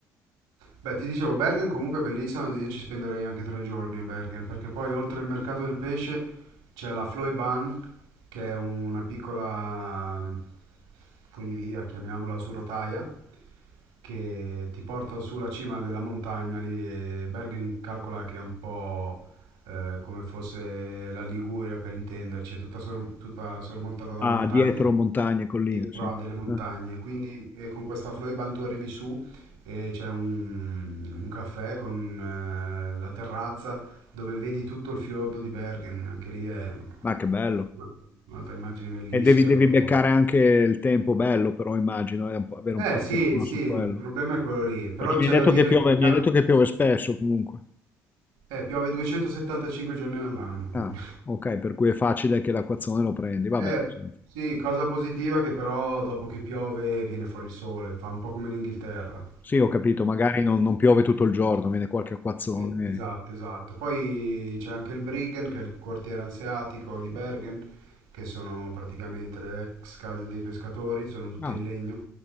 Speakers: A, on the right; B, on the left.
A: Beh, ti dicevo, Bergen comunque è bellissima, io ci spenderei anche tre giorni a Bergen, perché poi oltre il mercato del pesce c'è la Floyban, che è una piccola mm, funivia, chiamiamola su rotaia, che ti porta sulla cima della montagna lì e Bergen calcola che è un po' eh, come fosse la Liguria per intenderci, è tutta, sor- tutta sormontata da
B: Ah,
A: montagne,
B: dietro montagne, colline,
A: dietro
B: sì.
A: a delle montagne,
B: Eh?
A: quindi eh, con questa Floyban tu arrivi su e c'è un, un caffè con eh, la terrazza dove vedi tutto il fiordo di Bergen, anche lì è
B: Ma che bello.
A: una- un'altra immagine bellissima,
B: E devi,
A: cioè
B: devi
A: proprio...
B: beccare anche il tempo bello, però immagino, e un po'- avere
A: Eh
B: un po' di
A: sì,
B: fortuna
A: sì,
B: su
A: il
B: quello.
A: problema è quello lì, però
B: Perché mi
A: c'è
B: hai detto
A: da dire
B: che piove,
A: che il
B: mi
A: ca-
B: hai detto che piove spesso comunque.
A: eh, piove 275 giorni all'anno, quindi...
B: Ah, ok, per cui è facile che l'acquazzone lo prendi. Vabbè,
A: Eh
B: senti.
A: sì, cosa positiva che però dopo che piove viene fuori il sole, fa un po' come l'Inghilterra.
B: Sì, ho capito, magari non, non piove tutto il giorno, viene qualche acquazzone.
A: Eh, Esatto, esatto. Poi c'è anche il Briggen, che è il quartiere anseatico di Bergen, che sono praticamente le ex case dei pescatori, sono tutte
B: Ah.
A: in legno.